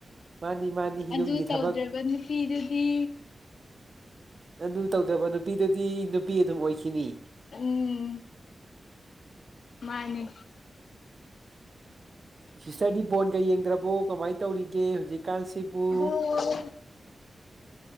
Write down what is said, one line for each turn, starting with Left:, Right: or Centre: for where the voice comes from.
Right: ꯃꯥꯅꯤ ꯃꯥꯅꯤ
Left: ꯑꯗꯨ
Right: ꯌꯨꯝꯒꯤ
Left: ꯇꯧꯗ꯭ꯔꯕ
Right: ꯊꯕꯛ
Left: ꯅꯨꯄꯤꯗꯨꯗꯤ
Right: ꯑꯗꯨ ꯇꯧꯗ꯭ꯔꯕ ꯅꯨꯄꯤꯗꯨꯗꯤ ꯗꯤ ꯅꯨꯄꯤ ꯑꯗꯨꯝ ꯑꯣꯏꯈꯤꯅꯤ
Left: ꯎꯝ ꯃꯥꯅꯤ
Right: ꯁꯤꯁꯇꯔꯗꯤ ꯕꯣꯜꯒ ꯌꯦꯡꯗ꯭ꯔꯕꯣ ꯀꯃꯥꯏꯅ ꯇꯧꯔꯤꯒꯦ ꯍꯧꯖꯤꯛꯀꯥꯟꯁꯤꯕꯨ
Left: ꯕꯣꯜ